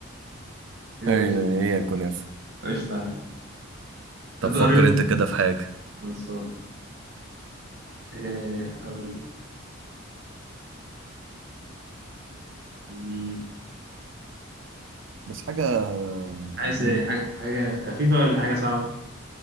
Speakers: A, on the right; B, on the right.
A: ماشي
B: هي هي الكنافة
A: قشطة عليك
B: طب
A: ضريء
B: فكر انت كده في حاجة
A: خلصان آه، هقول لك مم،
B: بس حاجة يعني
A: عايز إيه؟
B: ايه
A: حاجة حاجة خفيفة ولا حاجة صعبة؟